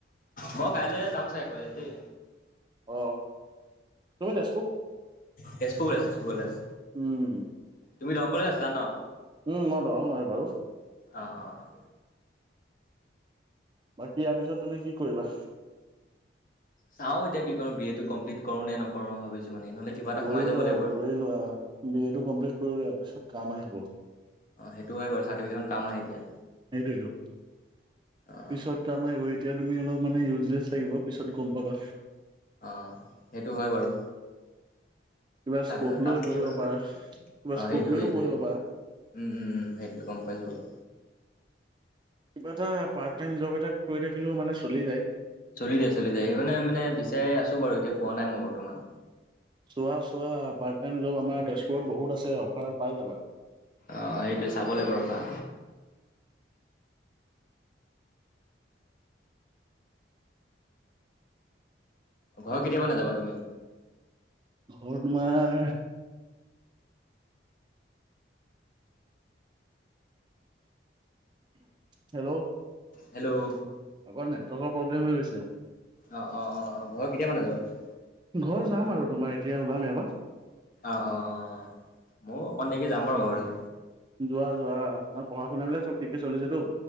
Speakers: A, on the left; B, on the right.
A: মই কাইলৈ যাম চাগে কলেজ দেই
B: অ তুমি তে
A: তেজপুৰ কলেজ তেজপুৰ কলেজ
B: উম
A: তুমি দংকলত আছিলা ন
B: উম মই দৰং হৈ বাৰু
A: অঁ অঁ অঁ
B: বাকী ইয়াৰ পিছত তুমি কি কৰিবা?
A: চাও এতিয়া কি কৰো বি এ টো কমপ্লিট কৰো নে নকৰো ভাবিছো মানে নহ'লে কিবা এটা
B: কৰি
A: সোমাই যাব
B: লোৱা
A: লাগিব আৰু
B: কৰি লোৱা বি এটো কমপ্লিট কৰি লোৱা পিছত কাম আহিব।
A: অ সেইটো হয় বাৰু চাৰ্টিফিকেট খন কাম আহে এতিয়া
B: সেইটোৱেতো
A: অ
B: পিছত কাম আহিব এতিয়া তুমি অলপ মানে ইউজলেছ লাগিব পিছত গম পাবা
A: অ সেইটো হয় বাৰু।
B: কিবা
A: চাৰ্টিফিকেট
B: স্কপ
A: কাম
B: লৈ পঢ়িব
A: দিয়ে বাৰু
B: পাৰা কিবা
A: অ
B: স্কপ
A: সেইটো
B: লৈয়ও
A: সেইটোৱে
B: পঢ়িব পাৰা
A: উম উম সেইটোৱে গম পাইছো বাৰু
B: কিবা এটা পাৰ্ট টাইম জব এটা কৰি থাকিলেও মানে চলি যায়
A: চলি যায় চলি যায় সেইকাৰণে মানে বিচাৰি আছো বাৰু এতিয়া পোৱা নাই মই বৰ্তমান
B: চোৱা চোৱা পাৰ্ট টাইম জব আমাৰ তেজপুৰত বহুত আছে অফাৰত পায় যাবা
A: অ সেইটো চাবলৈ বৰষা ঘৰ কেতিয় মানে যাবা তুমি
B: ঘৰ তোমাৰ হেল্ল'
A: হেল্ল'
B: আগৌ নেটৱৰ্কৰ প্ৰব্লেম হৈ গৈছে
A: অ অ অ ঘৰৰ কেতিয়া মানে যাবা তুমি
B: ঘৰ যাম আৰু তোমাৰ এতিয়া ওলাম এয়াৰ
A: অ অ অ ময়ো অকণ দেকে যাম বাৰু ঘৰলে
B: যোৱা যোৱা আপোনাৰ পঢ়া শুনা বিলাক চব ঠিকে চলিছেতো